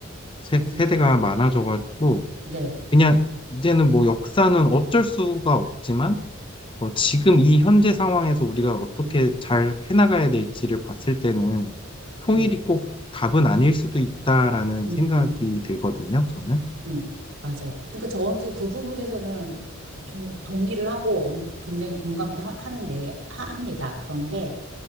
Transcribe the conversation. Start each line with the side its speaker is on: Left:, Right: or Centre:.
Left: 세,
Right: 음.
Left: 세대가 많아져가지고
Right: 네,
Left: 그냥 이제는 뭐 역사는 어쩔 수가 없지만 어, 지금 이 현재 상황에서 우리가 어떻게
Right: 음,
Left: 잘 해나가야 될지를 봤을 때는 통일이
Right: 네,
Left: 꼭 답은 아닐 수도 있다라는
Right: 음.
Left: 생각이 들거든요, 저는.
Right: 음, 맞아요. 그러니까 저도 그 부분에서는 동, 동의를 하고 엄- 굉장히 공감도 하, 하는데, 하, 합니다. 그런데,